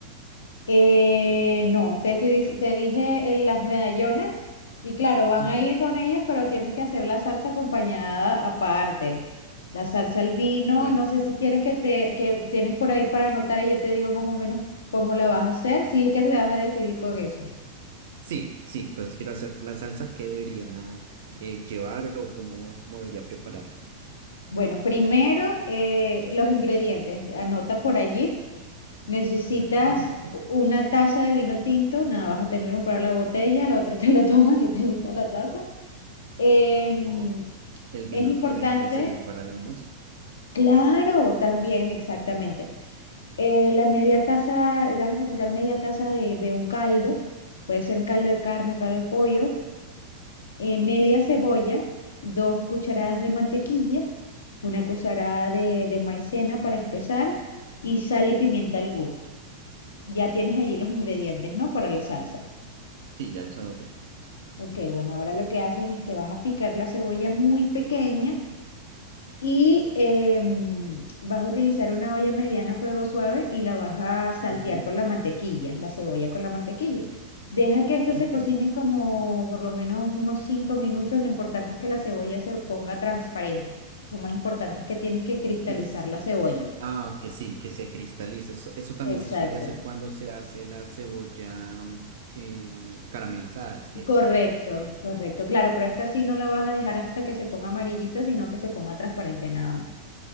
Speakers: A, on the left; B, on the right.
A: Eh, no, te, estoy dic- te dije eh, las medallones y claro, van
B: ujú.
A: a ir con ellos, pero tienes que hacer la salsa acompañada aparte. La salsa al vino,
B: Bueno,
A: no sé si quieres que te que tienes por ahí para anotar y yo te digo más o menos cómo la vas a hacer, si es que te vas a decidir con eso.
B: sí, sí, entonces quiero hacer la salsa, ¿qué debería eh, llevar o cómo, cómo debería prepararla?
A: Bueno, primero eh, los ingredientes. Anota por allí. Necesitas
B: ¿De acuerdo? Anoto.
A: u- una taza de vino tinto. Nada, vas a tener que comprar la botella, la otra <laughs> te la tomas y utilizas la taza. Em,
B: O el vino
A: es importante,
B: también puede servir para el almuerzo.
A: claro, también, exactamente. Eh, la media taza, vas a necesitar media taza de, de un caldo. Puede ser un caldo de carne, caldo de pollo. eh, media cebolla, dos cucharadas de mantequilla, una cucharada de, de maicena para espesar y sal y pimienta al gusto. Ya tienes allí los ingredientes, ¿no? Para la salsa.
B: Sí, ya los anoté.
A: Ok, bueno, ahora lo que haces es que vas a picar la cebolla muy pequeña Y eh, mm, vas a utilizar una olla mediana a fuego suave y la vas a saltear
B: Ujú,
A: con la mantequilla, la cebolla con la mantequilla. Deja que esto se
B: Ok,
A: cocine como por lo menos unos 5 minutos. Lo importante es que la cebolla se ponga transparente. Lo más importante es que tienes que cristalizar
B: que es...
A: la cebolla.
B: Ah, que sí, que se cristaliza. Eso, eso también
A: Exacto.
B: se suele hacer cuando se hace la cebolla mm, eh, caramelizada, es que
A: Correcto,
B: es.
A: correcto. Claro, pero esta sí no la vas a dejar hasta que se ponga amarillita, sino que se ponga transparente nada más.